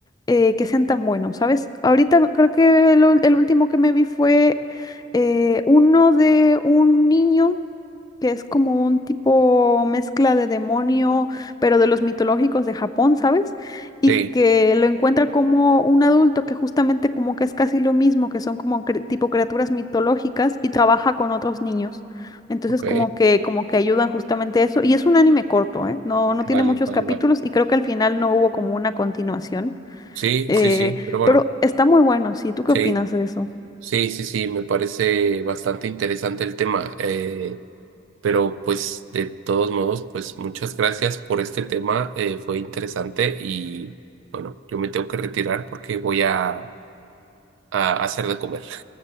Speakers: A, on the left; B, on the right.
A: eh, que sean tan buenos, ¿sabes? Ahorita creo que el, ul- el último que me vi fue eh, uno de un niño que es como un tipo mezcla de demonio, pero de los mitológicos de Japón, ¿sabes? Y
B: sí,
A: que lo encuentra como un adulto que justamente como que es casi lo mismo, que son como cri- tipo criaturas mitológicas y trabaja con otros niños. Entonces
B: ok,
A: como que como que ayudan justamente eso y es un anime corto, ¿eh? No no tiene
B: vale,
A: muchos
B: vale,
A: capítulos
B: vale.
A: y creo que al final no hubo como una continuación.
B: Sí,
A: Eh,
B: sí, sí, pero bueno,
A: pero está muy bueno, sí. ¿Tú qué
B: sí,
A: opinas de eso?
B: sí, sí, sí, me parece bastante interesante el tema. eh, pero pues de todos modos, pues muchas gracias por este tema, eh, fue interesante y bueno, yo me tengo que retirar porque voy a, a hacer de comer.